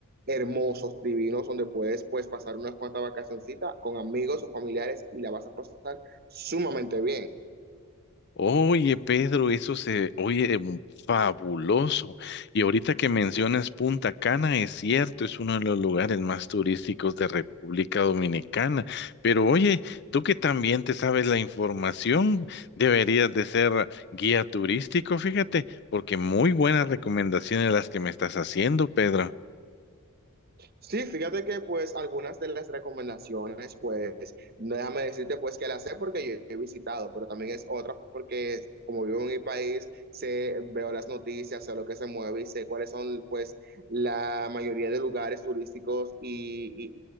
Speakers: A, on the right; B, on the left.
A: hermosos, divinos, donde puedes pues pasar unas cuantas vacacioncitas con amigos o familiares y la vas a pasar sumamente bien.
B: Oye, Pedro, eso se oye mm, fabuloso. Y ahorita que mencionas Punta Cana, es cierto, es uno de los lugares más turísticos de República Dominicana. Pero oye, tú que también te sabes la información, deberías de ser guía turístico, fíjate, porque muy buenas recomendaciones las que me estás haciendo, Pedro.
A: Sí, fíjate que pues algunas de las recomendaciones, pues no déjame decirte pues que las sé porque yo he visitado, pero también es otra porque como vivo en mi país, sé, veo las noticias, sé lo que se mueve y sé cuáles son pues la mayoría de lugares turísticos y, y,